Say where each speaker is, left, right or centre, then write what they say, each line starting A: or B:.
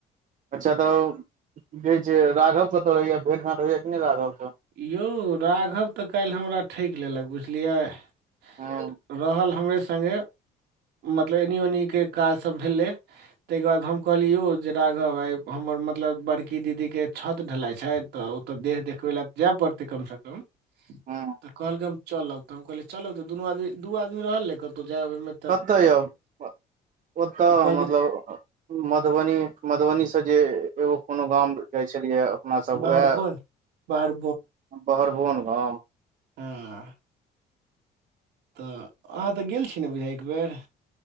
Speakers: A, on the right (about 50°); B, on the right (about 80°).
A: अच्छा त ओ <inaudible> की कहै छै, राघव कत ऐ? भेट घांट होइया कि नै राघव सं?
B: यौ राघव त कालि हमरा ठकि लेलक बुझलियै? <inaudible>
A: हँ
B: रहल हमरे संगे मतलब एनी ओनी के काज सब भेलै, तै के बाद हम कहलिअइ यौ जे राघव आइ हमर मतलब बड़की दीदीके छत ढलाइ छै त ओत देह देखबै ले जाए परतै कम सं कम
A: हँ
B: त कहलकै हम चलब त हम कहलियै चलब त दुनू आदमी दु आदमी रहल ने कतौ जाइ अबै मे
A: कत यौ <inaudible> ओत
B: तऽ कहलकै
A: मतलब मधबनी, मधबनी सं जे एगो कोनो गाम जाइ छलियैए अपना सब
B: बाहर
A: वैह
B: बन
A: <inaudible>
B: बाहर
A: बगरगोन गाँव
B: हं। <inaudible> त अहाँ त गेल छी ने बुझाइया एकबेर?